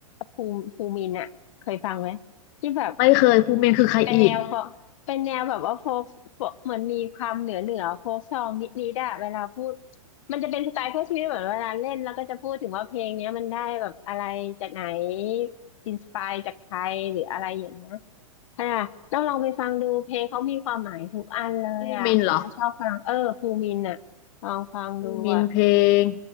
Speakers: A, on the left; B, on the left.
A: ภูมิภูมินอะเคยฟังไหมที่แบบ
B: ไม่เคยภูมินคือใครอีก
A: เป็นแนวโฟกเป็นแนวแบบว่าโฟกโฟกเหมือนมีความเหนือเหนือโฟกซองนิดนิดอะเวลาพูดมันจะเป็นสไตล์เพื่อชีวิตเหมือนเวลาเล่นแล้วก็จะพูดถึงว่าเพลงเนี้ยมันได้แบบอะไรจากไหนอินสปายจากใครหรืออะไรอย่างเงี้ยอ่ะต้องลองไปฟังดูเพลงเขามีความหมายทุกอันเลยอ่ะนะชอบฟังเออภูมินอ่ะลองฟังดูอ่ะ
B: ภูมินเหรอภูมินเพลง